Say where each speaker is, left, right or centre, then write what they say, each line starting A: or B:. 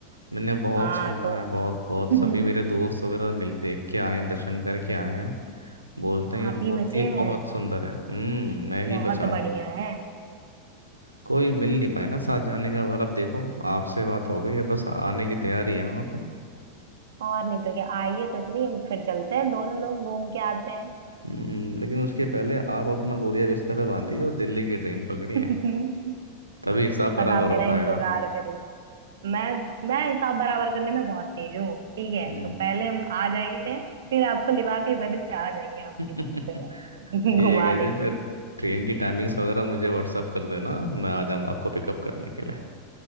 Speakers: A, on the right (about 80°); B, on the right (about 60°).
A: मैंने बहुत
B: हाँ
A: सुना
B: तो
A: है बहुत बहुत
B: <laughs>
A: सभी मेरे दोस्त वगैरह मिल देख के आए हैं दर्शन करके आए हैं बोलते हैं
B: आप
A: ये मूर्ति
B: ही बचे हैं
A: बहुत सुंदर है हम्म मैं ही
B: बहुत
A: बचाऊं
B: बढ़िया है
A: कोई मिल नहीं पाए ना साथ जाने का वाला अब देखो आपसे बात हो गई है बस आने की तैयारी है वहाँ
B: और नहीं तो क्या आइए तो चलिए हम फिर चलते हैं दोनों लोग घूम के आते
A: हम्म, लेकिन उसके पहले आप अपना बोरिया बिस्तर बांधिए और दिल्ली की ट्रेन पकड़िए
B: हैं <laughs>
A: तभी हिसाब बराबर
B: बस आप मेरा
A: हो पाएगा
B: इंतजार करेंगे मैं मैं हिसाब बराबर करने में बहुत तेज हूँ ठीक है
A: हम्म
B: तो पहले हम आ जाएंगे थे फिर आपको लिवा के उधर से आ जाएंगे हम
A: <laughs>
B: इधर आपको
A: ठीक
B: <laughs> घुमा
A: है जी
B: देंगे
A: फिर ट्रेन की टाइमिंग्स वगैरह मुझे व्हाट्सअप कर देना मैं आ जाऊंगा आपको पिकअप करने के लिए